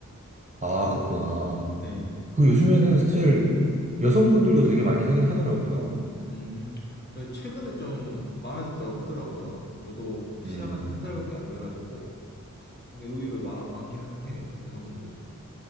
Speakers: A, on the right; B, on the left.
A: 아, 그렇구나.
B: 네,
A: 그
B: 그-
A: 요즘에는 사실
B: 네.
A: 여성분들도 되게 많이 하긴 하더라고요.
B: 음, 네, 최근에 좀 많아졌다고 하더라고요. 저도 근데 시작한
A: 음,
B: 지 한 달밖에 안 돼가지고, 근데 의외로 많, 많긴 하- 해요, 여성분들이.